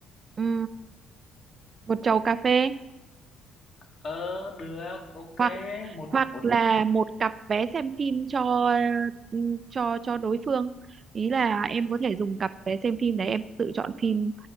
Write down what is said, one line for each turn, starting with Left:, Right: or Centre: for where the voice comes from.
Right: ừ một chầu cà phê
Left: Ờ được, ok,
Right: hoặc
Left: một
Right: hoặc
Left: một
Right: là một cặp vé xem phim cho ừ, cho cho đối phương ý là em có thể dùng cặp vé xem phim đấy em tự chọn phim